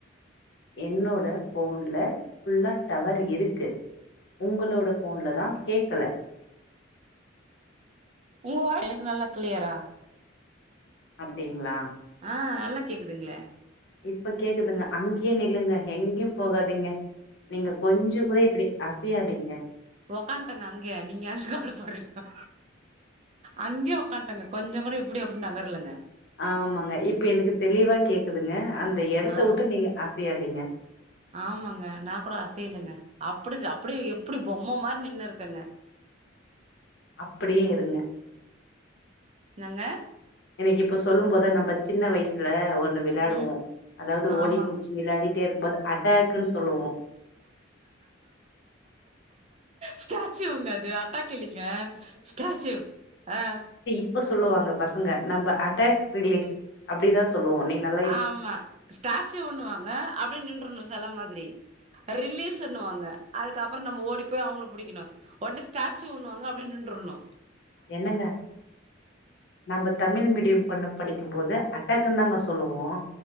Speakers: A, on the left; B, on the right.
A: என்னோட ஃபோனல ஃபுல்லா டவர் இருக்கு உங்களோட ஃபோன்ல தா கேட்கல
B: உங்க வாய் எனக்கு நல்லா கிளியரா
A: அப்டிங்ளா
B: ஆ நல்லா கேக்குதுங்ளே
A: இப்ப கேக்குதுங்க அங்கயே நில்லுங்க எங்யும் போகாதீங்க நீங்க கொஞ்சொ கூட இப்டி அசயாதீங்க
B: ஒக்கான்ட்டெங்க அங்யே நீங்க ஏ கவலப்பர்றீங்க அங்யே ஒக்கான்ட்டங்க கொஞ்ச கூட இப்புடி அப்டி நகர்லங்க
A: ஆமாங்க இப்ப எனக்கு தெளிவா கேக்குதுங்க அந்த எடத்த
B: ஆ
A: விட்டு நீங்க அசயாதீங்க
B: ஆமாங்க நா கூட அசையலங்க அப்புடிஜ அப்புடி எப்புடி பொம்ம மாரி நின்னுருக்கெங்க
A: அப்புடியே இருங்க
B: னாங்க
A: எனக்கு இப்ப சொல்லும் போத நம்ம சின்ன வயசுல ஒன்னு விளாடுவோ
B: ம்
A: அதாவ்து
B: ஆமாங்க
A: ஓடி புடிச்சு விளாடிட்டே இருக்கும்போது அட்டாக்குன் சொல்லுவோ
B: ஸ்டாச்சூவ்ங்க அது அ ட்டாக்கில்லிங்க ஸ்டாச்சுவ் அ
A: ப்ப சொல்லுவாங்க பசங்க நம்ப அட்டாக் ரிலீஸ் அப்டிதா சொல்லுவோ நீங்க நா
B: ஆமா ஸ்டாச்சுவ்னுவாங்க அப்டி நின்றுனு செல மாதிரி ரிலீஸுன்னுவாங்க அதுக்கப்ற நம்ம ஓடி போய் அவுங்கள புடிக்கனு ஒட்னே ஸ்டாச்சூவ்னுவாங்க அப்டி நின்றனு
A: என்னங்க நம்ப தமிழ் மீடியம் பண்ண படிக்கும்போது அட்டாக்குன் தாங்க சொல்லுவோ